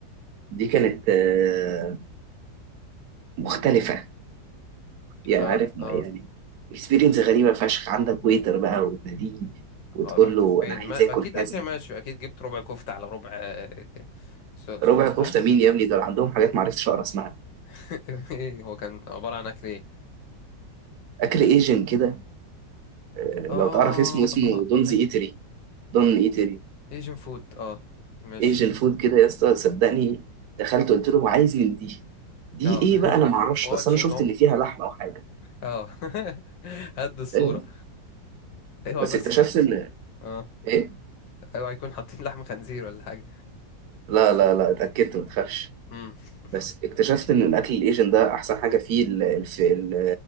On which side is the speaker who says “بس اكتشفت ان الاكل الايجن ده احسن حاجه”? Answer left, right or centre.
Right